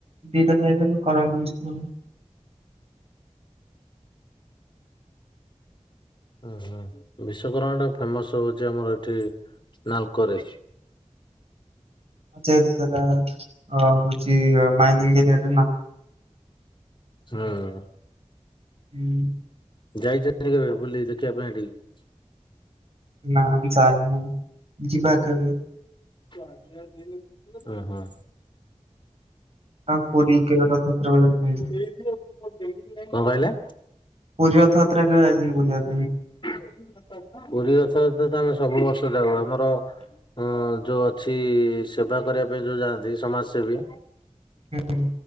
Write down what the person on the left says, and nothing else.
ଓ ହୁଁ ବିଶ୍ଵକର୍ମା ଟା ଫେମସ ହଉଛି ଆମର ଏଠି ନାଲକୋ ରେ।
ହୁଁ।
ଯାଇଛନ୍ତି କେବେ ବୁଲି ଦେଖିବା ପାଇଁ ସେଠି କି?
<unintelligible> ହୁଁ ହୁଁ।
<inaudible> କଣ କହଲେ?
<inaudible> ପୁରୀ ରଥଯାତ୍ରା ତ ଆମେ ସବୁ ବର୍ଷ ଯାଉ ଆମର ହଁ ଯୋଉ ଅଛି ସେବା କରିବା ପାଇଁ ଯୋଉ ଯାଆନ୍ତି ସମାଜ ସେବୀ